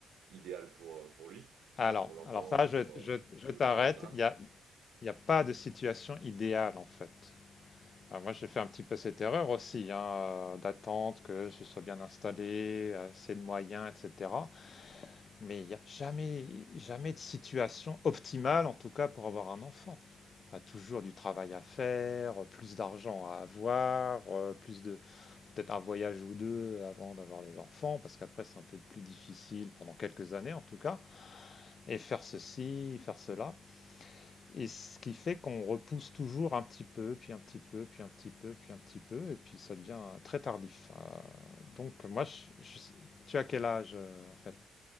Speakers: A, on the right; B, on the left.
A: idéale pour, euh, pour lui, enfin
B: Alors
A: pour l'enfant,
B: alors ça,
A: ou pour
B: je
A: euh,
B: je je
A: nous
B: t'arrête,
A: de manière générale.
B: il y a il y a pas de situation idéale, en fait. Alors moi, j'ai fait un petit peu cette erreur aussi, hein, heu, d'attendre que je sois bien installé, assez de moyens et cetera. Mais il y a jamais jamais de situation optimale, en tout cas pour avoir un enfant. Il y a toujours du travail à faire, plus d'argent à avoir, heu, plus de peut-être un voyage ou 2 avant d'avoir des enfants, parce qu'après c'est un peu plus difficile pendant quelques années en tout cas et faire ceci, faire cela Et ce qui fait qu'on repousse toujours un petit peu, puis un petit peu, puis un petit peu, puis un petit peu, et puis ça devient très tardif. Euh, donc moi, je, je- tu as quel âge euh, en fait